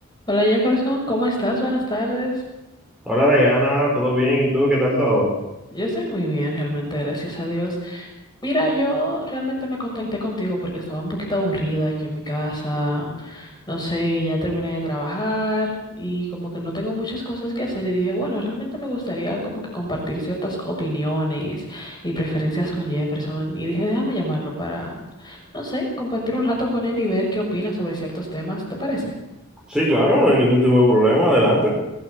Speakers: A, on the left (about 20°); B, in the centre.
A: Hola Jefferson, ¿cómo estás? Buenas tardes.
B: Hola Diana, ¿todo bien? ¿Y tú qué tal todo?
A: Yo estoy muy bien, realmente, gracias a Dios. Mira, yo realmente me contacté contigo porque estaba un poquito aburrida aquí en mi casa. No sé, ya terminé de trabajar y como que no tengo muchas cosas que hacer y dije, bueno, realmente me gustaría como que compartir ciertas opiniones y preferencias con Jefferson y dije, déjame llamarlo para, no sé, compartir un rato con él y ver qué opina sobre ciertos temas, ¿te parece?
B: Sí, claro, no hay ningún tipo de problema, adelante.